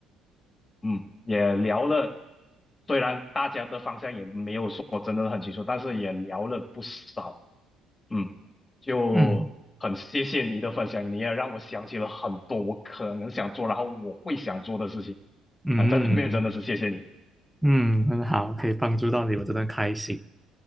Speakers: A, on the left; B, in the centre.
A: 嗯，也聊了，虽然大家的方向也没有说真的很清楚，但是也聊了不少。嗯，就很谢谢你的分享，
B: 嗯
A: 你也让我想起了很多我可能想做，然后我会想做的事情。
B: 嗯。
A: 啊、在这边真的是谢谢你。
B: 嗯，很好，可以帮助到你，我真的开心。